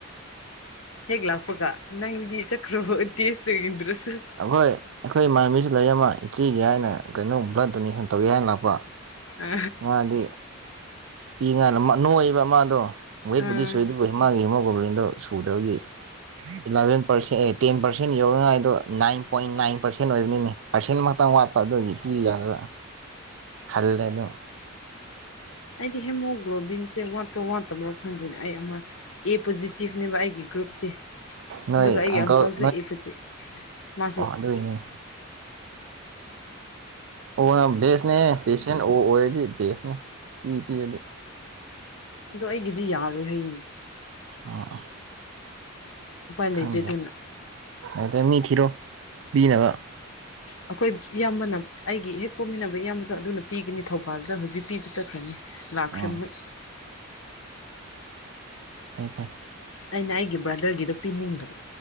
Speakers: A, on the left (about 80°); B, on the right (about 65°).
A: ꯍꯦꯛ ꯂꯥꯛꯄꯒ ꯅꯪꯗꯤ ꯆꯀ꯭ꯔꯣ ꯇꯦꯁ ꯌꯦꯡꯗ꯭ꯔꯁꯨ
B: ꯑꯈꯣꯏ ꯑꯈꯣꯏ ꯏꯃꯥꯟꯅꯕꯤꯁꯤ ꯂꯩꯔꯃ ꯏꯇꯦꯒꯤ ꯍꯥꯏꯅ ꯀꯩꯅꯣꯝ ꯕ꯭ꯂꯠ ꯗꯣꯅꯦꯁꯟ ꯇꯧꯒꯦ ꯍꯥꯏꯅ ꯂꯥꯛꯄ
A: ꯑ
B: ꯃꯥꯗꯤ ꯄꯤ ꯉꯥꯅ ꯅꯣꯏꯕ ꯃꯥꯗꯣ ꯋꯦꯠꯄꯨꯗꯤ
A: ꯑꯥ
B: ꯁꯣꯏꯗ ꯃꯥꯒꯤꯍꯦꯃꯣꯒ꯭ꯂꯣ ꯕꯔꯤꯟꯗꯣ ꯁꯨꯗꯕꯒꯤ ꯏꯂꯚꯦꯟ ꯄꯔꯁꯦꯟ ꯑꯦ ꯇꯦꯟ ꯄꯥꯔꯁꯦꯟ ꯌꯧꯅꯤꯉꯥꯏꯗꯣ ꯅꯥꯏꯟ ꯄꯣꯏꯟ ꯅꯥꯏꯟ ꯄꯥꯔꯁꯦꯟ ꯑꯣꯏꯕꯅꯤꯅꯦ ꯄꯥꯔꯁꯦꯟꯃꯥꯛꯇꯪ ꯋꯥꯠꯄ ꯑꯗꯨꯒꯤ ꯄꯤꯕ ꯌꯥꯗ꯭ꯔꯥ ꯍꯜꯂꯦ ꯑꯗꯨ
A: ꯑꯩꯗꯤ ꯍꯦꯃꯣ ꯒ꯭ꯂꯣꯕꯤꯟꯁꯦ ꯋꯥꯠꯄ ꯋꯥꯠꯇꯕ ꯃꯔ ꯈꯪꯗꯣꯏꯅꯦ ꯑꯩ ꯑꯃ ꯑꯦ ꯄꯣꯖꯤꯇꯤꯚꯅꯦꯕ ꯑꯩꯒꯤ ꯒ꯭ꯔꯨꯞꯇꯤ
B: ꯅꯣꯏ
A: ꯑꯗꯨꯒ ꯑꯩꯒꯤ
B: ꯑꯪꯀꯜ
A: ꯑꯪꯀꯜꯁꯨ ꯏꯄꯁꯤ ꯃꯥꯁꯨ
B: ꯑꯗꯨ ꯑꯣꯏꯅꯦ ꯑꯣꯅ ꯕꯦꯁꯅꯦ ꯄꯦꯁꯦꯟ ꯑꯣ ꯑꯣꯏꯔꯗꯤ ꯕꯦꯁꯅꯦ ꯏ ꯄꯤꯕꯗꯤ
A: ꯑꯗꯣ ꯑꯩꯒꯤꯗꯤ ꯌꯥꯔꯣꯏ ꯍꯌꯦ
B: ꯑ
A: ꯎꯄꯥꯏ ꯂꯩꯇꯦ
B: ꯈꯪꯗ꯭ꯔꯦ
A: ꯑꯗꯨꯅ
B: ꯑꯗ ꯃꯤ ꯊꯤꯔꯣ ꯄꯤꯅꯕ
A: ꯑꯩꯈꯣꯏ ꯏꯌꯥꯝꯕꯅ ꯑꯩꯒꯤ ꯍꯦꯛ ꯄꯣꯛꯃꯤꯟꯅꯕ ꯏꯌꯥꯝꯕꯗꯣ ꯑꯗꯨꯅ ꯄꯤꯒꯅꯤ ꯊꯧꯕꯥꯜꯗ ꯍꯧꯖꯤꯛ ꯄꯤꯕ ꯆꯠꯈ꯭ꯔꯅꯤ ꯂꯈ꯭ꯔꯦꯝ
B: ꯎꯝ
A: ꯃꯣꯏ
B: ꯐꯥꯏ ꯐꯥꯏ
A: ꯑꯩꯅ ꯑꯩꯒꯤ ꯕ꯭ꯔꯗꯔꯒꯤꯗꯣ ꯄꯤꯅꯤꯡꯗꯕ